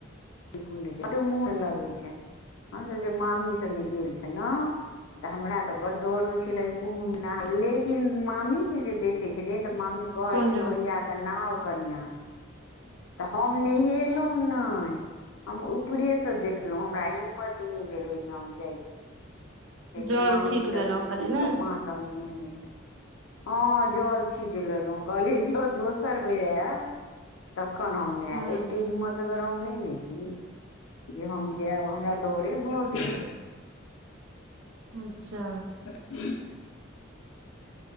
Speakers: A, on the left; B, on the right.
A: कुण्ड जा बड्ड मुँन लगै छै हमसभ जे मामी सने गेल छलौं तऽ हमरा त बड्ड डर होइ छले कुम्म मे नहैए मे लेकिन मामी के जे देखे छलिये तऽ मामी कहलखिन
B: कुण्ड
A: ओरिया के नहाव कनिआ तऽ हम नहेलहुं नै हम ऊपरे से देखलहुँ हमरा हिम्मत नै भेल ओहिमे हम जाइ लेकिन
B: जल
A: मामी
B: छीट
A: सभ
B: लेलहुँ
A: घुसि
B: खाली
A: घुसि
B: ने
A: कऽ माँ सभ नहेने छै हँ जल छीट लेलहुँ कहलिय जँ दोसर बेर आयब तखन हम नहेब
B: हूँ
A: एते हिम्मतगर हम नहि ने छी जे हम जायब हमरा डोरे भ गेल
B: अच्छा
A: <unintelligible>